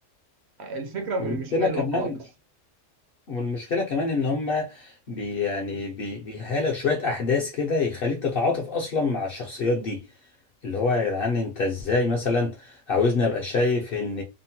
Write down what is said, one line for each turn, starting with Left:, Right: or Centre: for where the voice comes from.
Right: الفكرة م-
Left: والمشكلة
Right: مش حلوة
Left: كمان
Right: خالص
Left: والمشكلة كمان ان هم بي يعني بي بيهالوا شوية احداث كده يخليك تتعاطف اصلا مع الشخصيات دي اللي هو يا جدعان انت ازاي مثلا عاوزني ابقى شايف ان